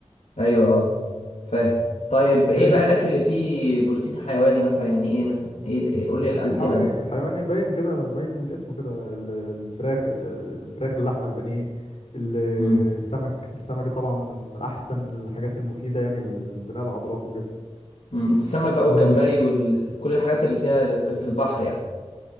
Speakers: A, on the left; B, on the left.
A: أيوه أه فاهم طيب
B: فاهم
A: إيه بقى الأكل اللي فيه بروتين حيواني مثلا يعني إيه مثلا إيه ال- إيه قول
B: البروتين
A: لي إيه الأمثلة
B: الحيواني
A: مثلا
B: الحيواني باين كده باين من اسمه كده ال- الفراخ ال- الفراخ اللحمه البانيه ال-
A: امم
B: السمك السمك طبعا من من احسن الحاجات المفيده يعني لبناء العضلات وكده
A: امم السمك بقى
B: لو
A: والجمبري
B: مش
A: وكل الحاجات اللي فيها اللي في البحر يعني